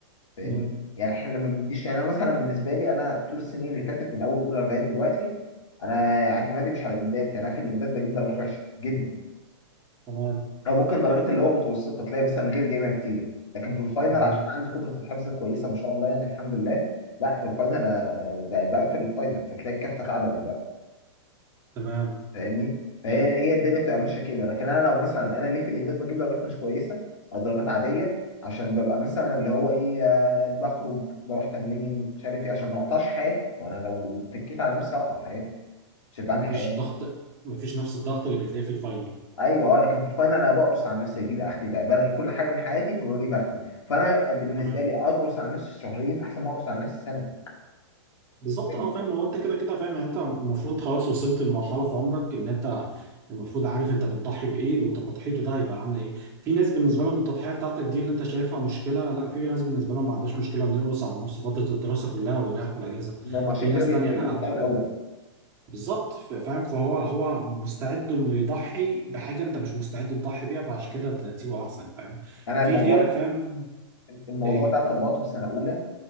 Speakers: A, on the left (about 90°); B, on the right (about 15°).
A: فاهمني
B: مم.
A: يعني احنا لما بنديش يعني انا مثلا بالنسبه لي انا طول السنين اللي فاتت من اول اولى لغايه دلوقتي انا اعتمادي مش على الامداد يعني انا في الامداد بجيب درجات وحشه جدا
B: تمام
A: او ممكن درجات اللي هو متوسطه تلاقي مثلا غير جايبها كتير لكن في الفاينل
B: تمام
A: عشان عندي قدره الحفظ كويسه ما شاء الله يعني الحمد لله لا في الفاينل انا بقفل الفاينل فتلاقي الكفه اتعدلت
B: تمام
A: فاهمني فهي
B: يعني
A: هي الدنيا بتبقى ماشيه كده لكن انا لو مثلا انا ليه في الامداد بجيب درجات مش كويسه او درجات عاديه عشان ببقى مثلا اللي هو ايه آه، بخرج بروح تمرين مش عارف ايه عشان ما اقطعش حياتي وانا لو اتكيت على نفسي هقطع حياتي مش هيبقى عندي
B: مفيش
A: حياه
B: ضغط مفيش نفس الضغط اللي بتلاقيه في الفاينل
A: ايوه اه لكن في الفاينل انا بقرص على نفسي اجيب اخري بقى بلغي كل حاجه من حياتي وبجيب اخري فانا بالنسبه
B: تمام
A: لي اقرص على نفسي شهرين احسن ما اقرص على نفسي سنه
B: بالظبط
A: فاهمني؟
B: اه فاهم هو انت كده كده فاهم يعني انت المفروض خلاص وصلت لمرحله في عمرك ان انت المفروض عارف انت بتضحي بايه وتضحيته ده هيبقى عامله ايه في ناس بالنسبه لهم التضحيه بتاعتك دي اللي انت شايفها مشكله لا في ناس بالنسبه لهم ما عندهاش مشكله انه يقرص على نفسه فتره الدراسه كلها ويريح في الاجازه
A: هم عشان
B: في ناس
A: كده بيرتبوا
B: تانية لا
A: بتاع الاول
B: بالظبط ف- فاهم فهو هو مستعد انه يضحي بحاجه انت مش مستعد تضحي بيها فعشان كده ترتيبه احسن فاهم
A: انا
B: في
A: الموضوع
B: غيرك فاهم
A: الموضوع
B: ايه
A: ده طبقته في سنه اولى